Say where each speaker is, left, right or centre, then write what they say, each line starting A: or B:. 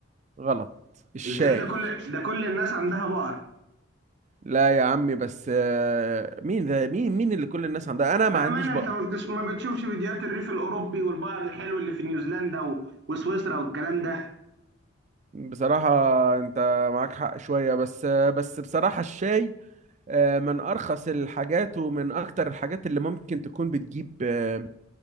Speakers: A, on the right; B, on the right.
A: غلط الشاي
B: ازاي ده كل ده كل الناس عندها بقر
A: لا يا عمي بس آه، مين ده مين مين اللي كل الناس عندها انا ما
B: بأمانة
A: عنديش بقر
B: أنت ما بتش- ما بتشوفش فيديوهات الريف الأوروبي والبعض الحلو اللي في نيوزيلندا و- وسويسرا والكلام ده
A: بصراحة انت معاك حق شوية بس آه، بس بصراحة الشاي آه، من ارخص الحاجات ومن اكتر الحاجات اللي ممكن تكون بتجيب آه،